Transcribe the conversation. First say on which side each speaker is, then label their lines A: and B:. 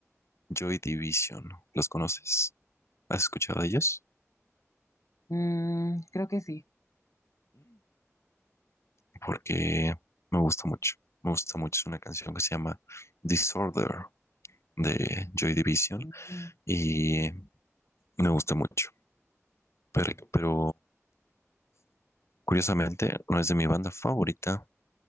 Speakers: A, on the left; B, on the left.
A: Joy Division. ¿Los conoces? ¿Has escuchado de ellos?
B: Mm, creo que sí.
A: porque me gusta mucho. Me gusta mucho. Es una canción que se llama Disorder de Joy Division
B: Mm,
A: y me gusta mucho. Pero, pero curiosamente no es de mi banda favorita,